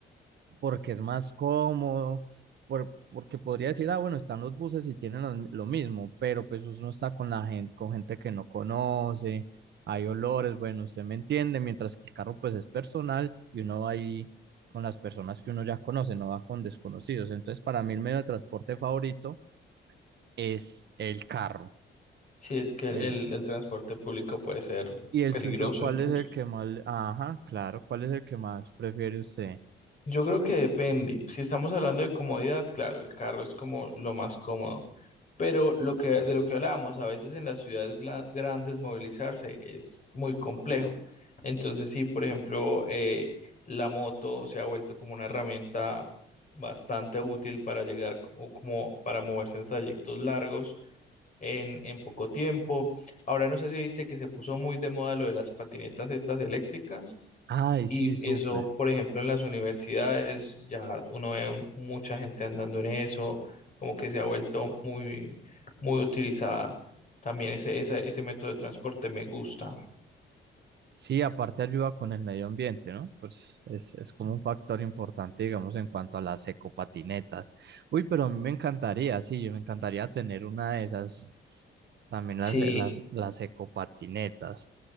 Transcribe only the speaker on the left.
sí es que
el, el transporte público puede ser
peligroso
incluso.
Yo creo que depende. Si estamos hablando de comodidad, claro, el carro es como lo más cómodo. Pero lo que, de lo que hablábamos, a veces en las ciudades gla- grandes movilizarse es muy complejo. Entonces, sí, por ejemplo, eh, la moto se ha vuelto como una herramienta bastante útil para llegar como, como para moverse en trayectos largos en, en poco tiempo. Ahora no sé si viste que se puso muy de moda lo de las patinetas estas eléctricas.
Y
eso, por ejemplo, en las universidades ya uno ve un- mucha gente andando en eso, como que se ha vuelto muy, muy utilizada. También ese, esa- ese método de transporte me gusta.
Sí,